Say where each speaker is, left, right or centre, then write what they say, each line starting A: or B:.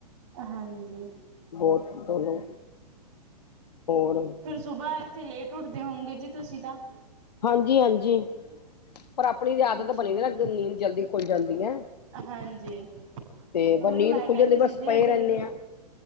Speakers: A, on the right; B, on the left.
A: ਹਾਂਜੀ
B: ਬਹੁਤ ਦ ਹੋਰ
A: ਸੁਬਾਹ ਇੱਥੇ ਲੇਟ ਉੱਠਦੇ ਹੋਗੇ ਜੀ ਤੁਸੀਂ ਤਾਂ
B: ਹਾਂਜੀ -ਹਾਂਜੀ ਪਰ ਆਪਣੀ ਵੀ ਆਦਤ
A: ਅੱਛਾ
B: ਬਣੀ
A: ਜੀ,
B: ਦੀ ਨਾ, ਨੀਂਦ ਜਲਦੀ ਖੁੱਲ ਜਾਂਦੀ ਹੈ
A: ਹਾਂਜੀ
B: ਤੇ
A: ਉਹੀ
B: ਬ ਨੀਂਦ
A: ਮੈਂ
B: ਖੁੱਲ
A: ਕਹਿੰਦੀ
B: ਜਾਂਦੀ, ਬਸ
A: ਸੀ ਜੀ
B: ਪਏ
A: ਹਜੇ
B: ਰਹਿੰਨੇ ਆ